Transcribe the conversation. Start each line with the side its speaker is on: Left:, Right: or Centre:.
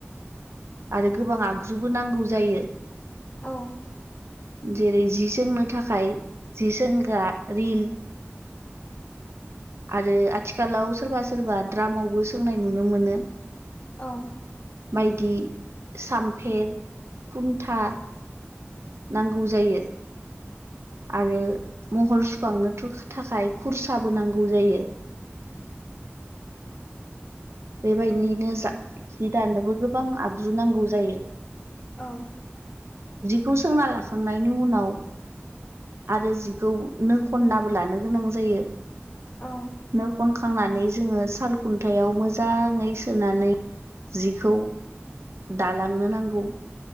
Right: आरो गोबां आगजुबो नांगौ जायो।
Left: औ
Right: जेरै जि सोंनो थाखाय जि सोंग्रा रिल आरो आथिखालाव सोरबा सोरबा द्रामावबो सोंनाय नुनो मोनो।
Left: औ
Right: बायदि सामफेर खुन्था नांगौ जायो। आरो महर सुखांनो थुख थाखाय खुरसाबो नांगौ जायो। <inaudible> बेबायदिनो जा जि दानोबो गोबां आगजु नांगौ जायो।
Left: औ
Right: जिखौ सोंना लाखांनायनि उनाव आरो जिखौ नो खननाबो लानो गोनां जायो।
Left: उम
Right: नो खनखांनानै जोङो साल खुन्थायाव मोजां जाङै सोनानै जिखौ दालांनो नांगौ।